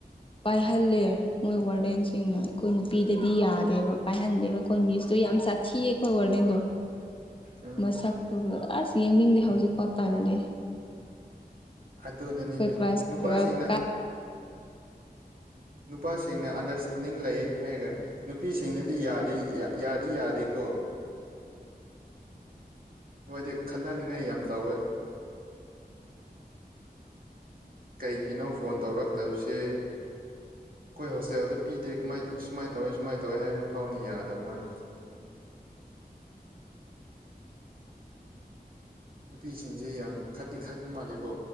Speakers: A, on the left; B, on the right.
A: ꯄꯥꯏꯍꯜꯂꯦ ꯃꯣꯏ ꯋꯥꯔꯗꯦꯟꯁꯤꯡꯅ ꯑꯩꯈꯣꯏ ꯅꯨꯄꯤꯗꯗꯤ ꯌꯥꯗꯦꯕ ꯄꯥꯏꯍꯟꯗꯦꯕ ꯈꯣꯏ ꯃꯤꯁꯇꯣ ꯌꯥꯝ ꯁꯥꯠꯊꯤꯌꯦ ꯈꯣꯏ ꯋꯥꯔꯗꯦꯟꯗꯣ
B: ꯎꯝ
A: ꯃꯁꯛꯇꯨꯒ ꯑꯁ ꯌꯦꯡꯅꯤꯡꯗꯦ ꯍꯧꯖꯤꯛꯐꯥꯎ ꯇꯜꯂꯦ
B: ꯑꯗꯨꯅꯅꯤꯅꯦ
A: ꯑꯩꯈꯣꯏ ꯀ꯭ꯂꯥꯁ
B: ꯅꯨꯄꯥꯁꯤꯡꯅ
A: ꯇꯨꯋꯦꯜꯐ ꯀꯥ
B: ꯅꯨꯄꯥꯁꯤꯡꯅ ꯑꯟꯗꯔꯁꯇꯦꯟꯗꯤꯡ ꯂꯩ ꯍꯥꯏꯒ ꯅꯨꯄꯤꯁꯤꯡꯅꯗꯤ ꯌꯥꯗꯤ ꯌꯥ ꯌꯥꯗꯤ ꯌꯥꯗꯦꯀꯣ ꯃꯣꯏꯗꯤ ꯈꯠꯅꯅꯤꯡꯉꯥꯏ ꯌꯥꯝ ꯇꯧꯋꯦ ꯀꯩꯒꯤꯅꯣ ꯐꯣꯟ ꯇꯧꯔꯛꯇꯕꯁꯦ ꯑꯩꯈꯣꯏ ꯍꯣꯁꯇꯦꯜꯗ ꯄꯤꯗꯦ ꯀꯃꯥꯏ ꯁꯨꯃꯥꯏꯅ ꯇꯧꯋꯦ ꯁꯨꯃꯥꯏꯅ ꯇꯧꯋꯦ ꯍꯥꯏꯕ ꯐꯥꯎꯅꯤ ꯌꯥꯗꯕ ꯋꯥꯅꯤ ꯅꯨꯄꯤꯁꯤꯡꯁꯦ ꯌꯥꯝ ꯈꯠꯇꯤ ꯈꯠꯄ ꯃꯥꯜꯂꯦꯀꯣ